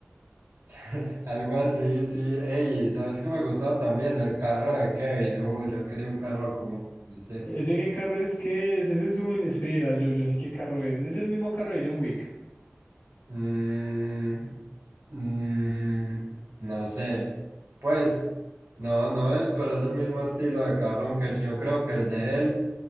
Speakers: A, on the right; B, on the left.
A: <laughs> algo así, sí. Ey, ¿sabes qué me gustaba también? El carro de Kevin. Uh, yo quería un carro como ese.
B: <laughs> ¿Ese qué carro es que es? Ese es un. Espera, yo, yo sé qué carro es. Es el mismo carro de John Wick.
A: Mm, mm, no sé. Pues, no, no es, pero es el mismo estilo de carro, aunque yo creo que el de él.